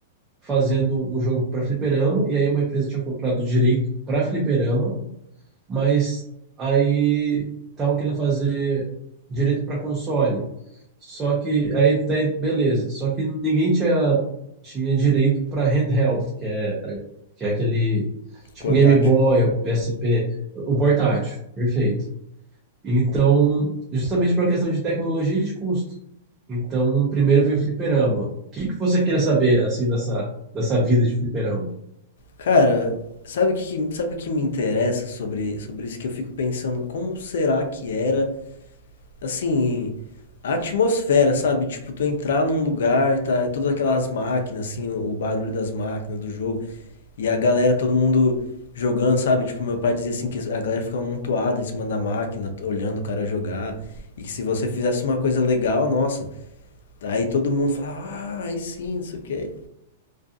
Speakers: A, on the right; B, on the left.
A: fazendo um jogo para fliperama, e aí uma empresa tinha comprado o direito para fliperama, mas aí tava querendo fazer direito para console. Só que aí até beleza, só que ninguém tinha tinha direito para handheld, que é que é aquele tipo
B: portátil?
A: Game Boy ou PSP, o portátil, perfeito. Então, justamente por uma questão de tecnologia e de custo. Então, primeiro veio o fliperama. O que que você queria saber assim dessa dessa vida de fliperama?
B: Cara, sabe o que, sabe o que me interessa sobre, sobre isso? Que eu fico pensando como será que era, assim, a atmosfera, sabe? Tipo, tu entrar num lugar, tá, todas aquelas máquinas, assim, o, o barulho das máquinas do jogo, e a galera, todo mundo jogando, sabe? Tipo, meu pai dizia assim que a galera ficava amontoada em cima da máquina, olhando o cara jogar, e que se você fizesse uma coisa legal, nossa, aí todo mundo fala, ah, aí sim, não sei o quê.